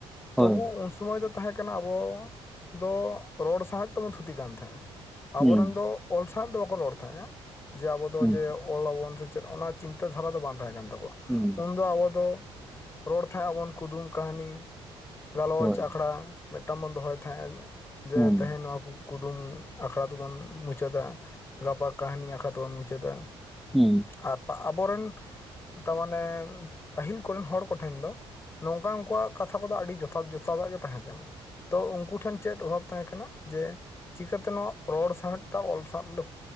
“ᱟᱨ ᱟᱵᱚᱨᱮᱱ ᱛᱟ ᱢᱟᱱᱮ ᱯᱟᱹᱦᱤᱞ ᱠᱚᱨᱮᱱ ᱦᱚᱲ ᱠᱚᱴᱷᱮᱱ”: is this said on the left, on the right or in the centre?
Left